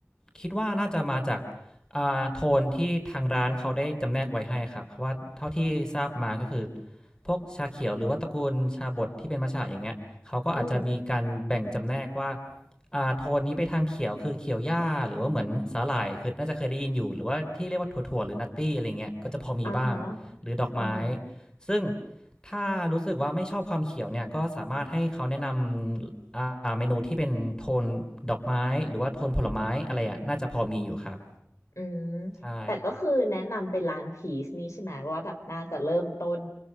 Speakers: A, on the left (about 15°); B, on the left (about 75°).
A: คิดว่าน่าจะมาจากอ่าโทนที่ทางร้านเขาได้จำแนกไว้ให้ครับ เพราะว่าเท่าที่ทราบมาก็คือพวกชาเขียวหรือว่าตระกูลชาบดที่เป็นมัชฉะอย่างเงี้ยเขาก็อาจจะมีการแบ่งจำแนกว่า
B: อืม
A: อ่าโทนนี้ไปทางเขียวคือเขียวหญ้าหรือว่าเหมือนสาหร่ายคือน่าจะเคยได้ยินอยู่หรือว่าที่เรียกว่าถั่วๆหรือนัตตี้อะไรเงี้ยก็จะพอมีบ้างหรือดอกไม้
B: อ่าฮะอ่าฮะ
A: ซึ่ง ถ้ารู้สึกว่าไม่ชอบความเขียวเนี่ยก็สามารถให้เขาแนะนำอ่าเมนูที่เป็นโทนดอกไม้หรือว่าโทนผลไม้อะไรอะน่าจะพอมีอยู่ครับ
B: อืม
A: ใช่
B: แต่ก็คือแนะนำเป็นร้านพีซนี่ใช่ไหมว่าแบบน่าจะเริ่มต้น